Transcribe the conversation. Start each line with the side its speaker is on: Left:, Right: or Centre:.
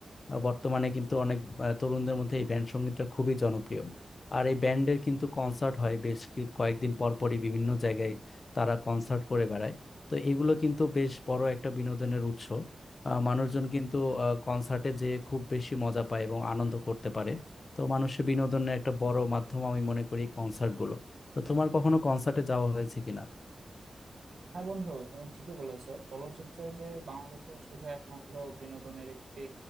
Left: আহ, বর্তমানে কিন্তু অনেক আহ, তরুণদের মধ্যে এই ব্যান্ড সঙ্গীতটা খুবই জনপ্রিয় আর এই ব্যান্ডের কিন্তু কনসার্ট হয় বেশ কি- কয়েকদিন পর পরই বিভিন্ন জায়গায় তারা কনসার্ট করে বেড়ায় তো এগুলো কিন্তু বেশ বড় একটা বিনোদনের উৎস আহ, মানুষজন কিন্তু কনসার্টে যেয়ে খুব বেশি মজা পায় এবং আনন্দ করতে পারে তো মানুষের বিনোদনের একটা বড় মাধ্যম আমি মনে করি কনসার্টগুলো তো তোমার কখনো কনসার্টে যাওয়া হয়েছে কিনা
Right: হ্যাঁ বন্ধু তুমি ঠিকই বলেছো চলচ্চিত্র যে বাংলাদেশের শুধু একমাত্র বিনোদনের একটি